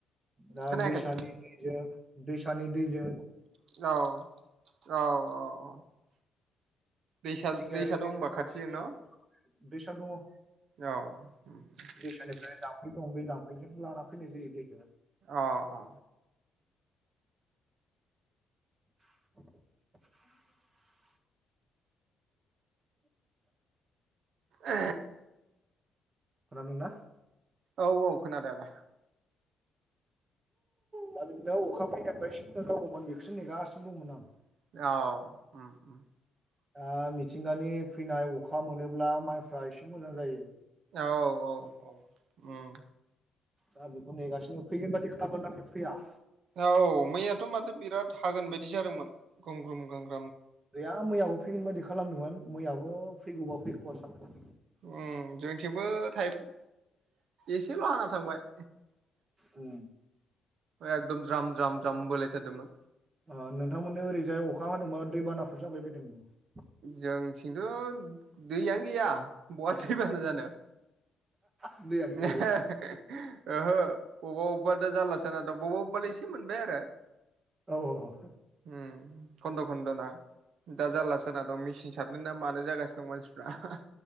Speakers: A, on the right; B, on the right.
A: दा
B: खोनायाखै
A: दैसानि दैजों दैसानि दैजों
B: औ औ औ औ दैसा
A: मिथिंगायारि
B: दैसा दं होनबा खाथि
A: बोथोरनि
B: नोंनाव
A: दैसा दङ
B: औ
A: दैसानिफ्राय जाम्फै दं बे जाम्फैजोंनो लाना फैनाय जायो दैखौ
B: अ अ
A: <unintelligible> <inaudible>
B: ओ
A: खोना दोंना
B: औ औ खोना दों आदा
A: दा बिदिनो अखा फैनायफ्राय सि जागौमोन बेखौसो नेगासिनो दंमोन आं
B: औ
A: दा मिथिंगानि फैनाय अखा मोनोब्ला माइफ्रा एसे मोजां जायो
B: औ औ औ उम
A: दा बेखौ नेगासिनो फैगोन बादि खागोन नाथाय फैया
B: औ मैयाथ' माथो बिराद हागोन बायदि जादोंमोन गंग्रोम ग्र
A: गैया मैयाबो फैगोन बायदि खालामदोंमोन मैयाबो फैगौबा फैगौआ सानदों
B: उम जोंथिंबो थाय एसेल' हाना थांबाय
A: औ
B: एकदम ज्राम ज्राम ज्राम बोलायथारदोंमोन
A: ओ नोंथांमोननो ओरैजाय अखा अखा होदोंमोन दैबानाफोर जाबाय बायदोंमोन
B: जोंनि थिंथ' दैयानो गैया बहा दै बाना जानो
A: दैयानो
B: <unintelligible> ओहो बबेबा अबेबा दा जारलासो जाना दं बबेबा बबेबा दा एसे मोनबाय आरो
A: औ औ औ
B: उम खन्द' खन्द' ना दा जारला जाना दं मेसिन सारदों ना मानो जागासिनो दं मानसिफ्रा